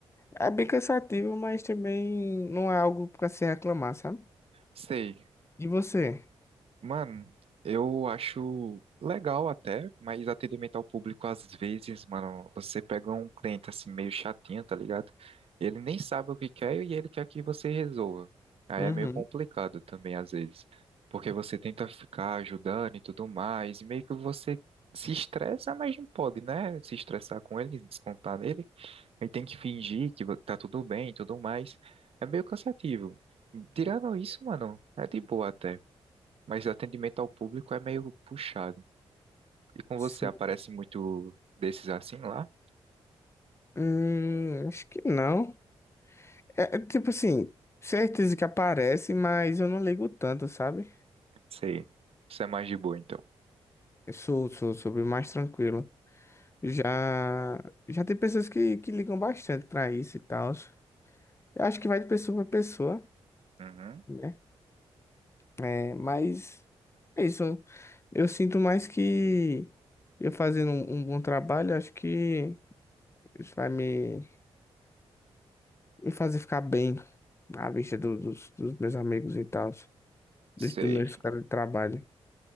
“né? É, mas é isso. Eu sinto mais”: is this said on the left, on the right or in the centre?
Left